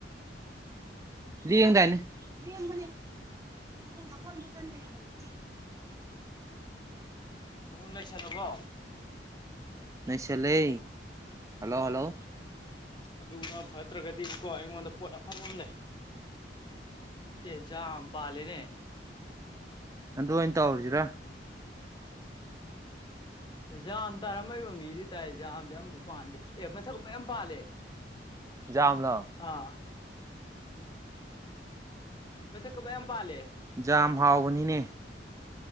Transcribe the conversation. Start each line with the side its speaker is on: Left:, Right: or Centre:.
Right: ꯂꯦꯡꯗꯥꯏꯅꯦ ꯂꯦꯡꯕꯅꯤ ꯈꯣꯡꯗ ꯀꯟ ꯅꯩꯁꯜꯂꯨ
Left: ꯑꯃꯨ ꯅꯩꯁꯜꯂꯕꯣ
Right: ꯅꯩꯁꯜꯂꯦ ꯍꯜꯂꯣ ꯍꯜꯂꯣ
Left: ꯑꯗꯨꯅ ꯐꯠꯇ꯭ꯔꯒꯗꯤꯕꯀꯣ ꯑꯩꯉꯣꯟꯗ ꯄꯣꯠ ꯑꯐꯕ ꯑꯃ ꯂꯩ ꯑꯦ ꯖꯥꯝ ꯄꯥꯜꯂꯦꯅꯦ
Right: ꯑꯗꯨ ꯑꯣꯏꯅ ꯇꯧꯔꯁꯤꯔꯥ
Left: ꯖꯥꯝ ꯇꯥꯔꯝꯕꯩ ꯃꯃꯤꯗꯤ ꯇꯥꯏ ꯖꯥꯝꯗꯤ ꯑꯃꯐꯥꯎ ꯄꯥꯟꯗꯦ ꯑꯦ ꯃꯊꯛ ꯃꯌꯥꯝ ꯄꯥꯜꯂꯦ
Right: ꯖꯥꯝꯂꯣ
Left: ꯑꯥ ꯃꯊꯛꯇ ꯌꯥꯝ ꯄꯥꯜꯂꯦ
Right: ꯖꯥꯝ ꯍꯥꯎꯕꯅꯤꯅꯦ